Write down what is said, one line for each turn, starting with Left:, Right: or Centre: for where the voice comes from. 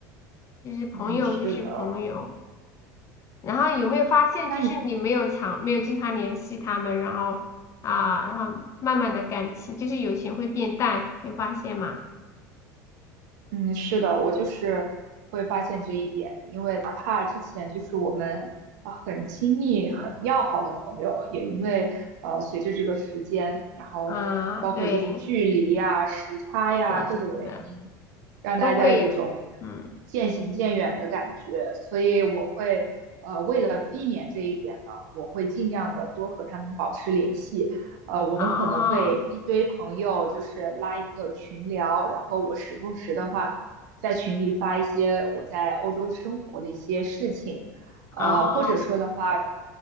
Left: 就是朋友就是朋友。
Right: 嗯，嗯，是的。
Left: 然后有没有发现，
Right: 那你
Left: 就是你没有常没有经常联系他们，然后啊，然后慢慢的感情就是友情会变淡，有发现吗？
Right: 嗯，是的，我就是会发现这一点，因为哪怕之前就是我们啊、很亲密、很要好的朋友，也因为呃随着这个时间，然后包括就是距离呀、
Left: 啊，对，
Right: 时差呀各种原因，
Left: 是的，是的，
Right: 让大家有一种
Left: 都会有，嗯，
Right: 渐行渐远的感觉。所以我会呃为了避免这一点呢，我会尽量的多和他们保持联系。呃，我们可能会一堆朋友就是拉一个群聊，
Left: 哦，
Right: 然后我时不时的话在群里发一些我在欧洲生活的一些事情，呃，
Left: 哦，
Right: 或者说的话，